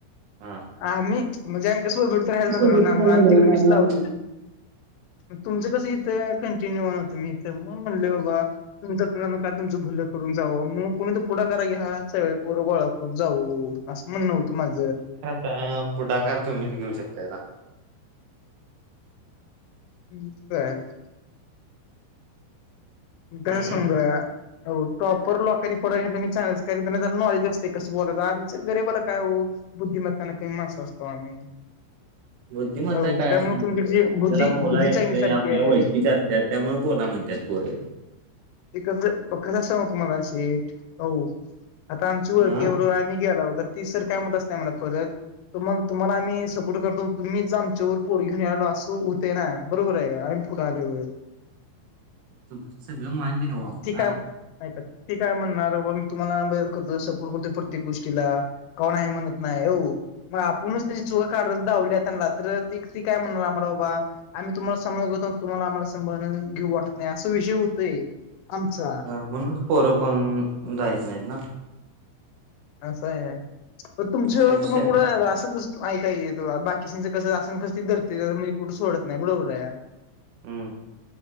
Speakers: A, on the right; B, on the left.
A: हा.
B: आम्ही म्हणजे आम्ही सोबत भेडत रायचणार
A: तसं दूध
B: <unintelligible> ना म्हण
A: काय
B: आम्ही
A: झालं
B: तिकडे
A: ना
B: मेस
A: मग?
B: लावलेली. ग तुमचं कसं इथं कंटिन्यू होन होतो मी इथं मग म्हणलो बा तुम जत न का तुमचं भुलं करून जाव मग कोणी तर पुढा करा घ्या ह सगळे पोर गोळा करून जाऊ. असं म्हण नव्हतं माझ.
A: ह <unintelligible> पुढाकार तुम्हीच घेऊ शकताय का.
B: <inaudible>
A: हम्म
B: खर सागुया हो. प्रॉपर लोकांनी पवी चांगलंच कारण त्यांना नॉलेज असते कस बोलायच आमच गरीबाला काय हो. बुद्धिमत्ताने कही माणस असतो आम्ही.
A: बुद्धिमता
B: हो
A: काय
B: त्यामुळे
A: असं नसते
B: तुमच्याकडची
A: आपल्याला
B: बुद्धी
A: बोला
B: बुद्धी
A: येतं
B: चांगली चालतीये.
A: आपल्या ओखीचे अस त्या त्यामुळे बोला म्हणतात पोरे.
B: ते कस, कस सगु तुम्हाला शेठ हो. आता आमची ओळखीवररोबर
A: हा
B: आम्ही गेला होत तर ती सर काय म्हत असते आम्हाला परत तुम्हा, तुम्हाला आम्ही सपोर्ट करतो तुम्हीच आमच्यावर पोर घेनला असं होते ना बरोबर आहे. पुढ आलो होय.
A: तु सगळ मान्या आहे भाऊ आम्हाला.
B: ठीक आहे ती काय म्हणणार बॉ मी तुम्हाला <unintelligible> करतो सपोर्ट करतो प्रत्येक गोष्टीला. कोण आहे म्हणत नाही हो मग आपूणच त्याची चुकं काढत दावली त्यांना तर त ती काय म्हणणार आम्हाला बाबा आम्ही तुम्हाला सांभळतो तुम्हाला आम्हाला संभाळून घेऊ वाटत नाही असा विषय होतोय आमचा.
A: म्हणून पोरं कोण जायत नाहीत ना.
B: असं आहे तुमच
A: असा विषय
B: तुम्हा
A: आहे.
B: कुठं अस आऐ काय येतो बाकीशींचं कसं असन कसं धतेणे कुठं सोडत नाही बरोबर आहे.
A: हम्म.